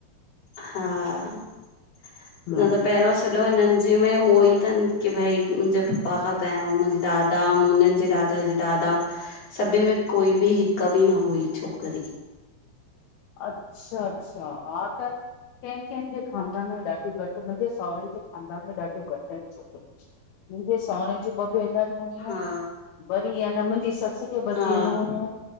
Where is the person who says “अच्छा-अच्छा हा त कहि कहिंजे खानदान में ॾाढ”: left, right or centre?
Left